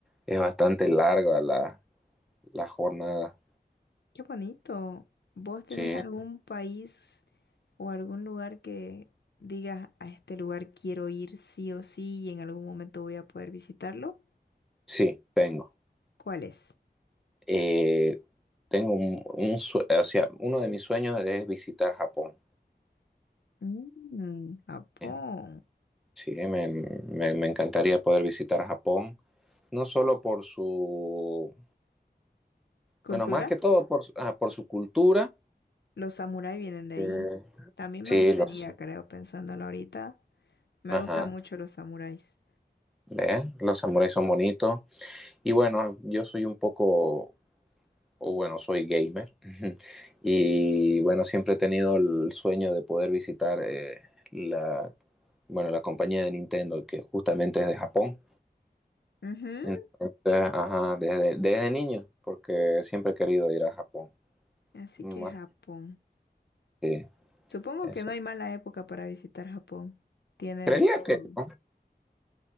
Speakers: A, in the centre; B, on the left.
A: Es, bastante larga la, la jornada.
B: Qué bonito. ¿Vos tenés
A: Sí,
B: algún país o algún lugar que digas a este lugar quiero ir sí o sí y en algún momento voy a poder visitarlo?
A: sí, tengo.
B: ¿Cuál es?
A: Eh, tengo un, un sue- o sea, uno de mis sueños es visitar Japón.
B: Mm, Japón.
A: ¿eh? Sí, me, me me encantaría poder visitar Japón. no solo por su,
B: ¿Cultura?
A: bueno, más que todo por, su- ah, por su cultura.
B: Los samuráis vienen de ahí.
A: eh,
B: También
A: sí,
B: me gustaría,
A: los,
B: creo, pensándolo ahorita. Me
A: ajá,
B: gustan mucho los samuráis.
A: ¿ve? Los samuráis son bonitos. Y bueno, yo soy un poco, o bueno, soy gamer. <laughs> Y bueno, siempre he tenido el sueño de poder visitar eh, la, bueno, la compañía de Nintendo, que justamente es de Japón.
B: Ujú.
A: Entonces, ajá, desde, desde niño, porque siempre he querido ir a Japón.
B: Así
A: Más,
B: que Japón.
A: sí,
B: Supongo
A: ese-
B: que no hay mala época para visitar Japón. Tiene de
A: Creería
B: todo.
A: que no.